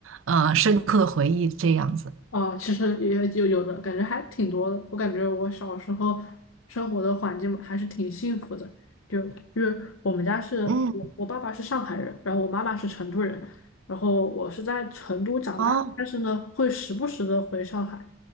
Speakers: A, on the right; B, on the left.
A: 呃，深刻的回忆这样子。
B: 哦，其实也有有的感觉还挺多的。我感觉我小时候生活的环境还是挺幸福的，就因为我们家是我我爸爸是上海人，
A: 嗯，
B: 然后我妈妈是成都人，然后我是在成都长大，
A: 哦
B: 但是呢会时不时的回上海，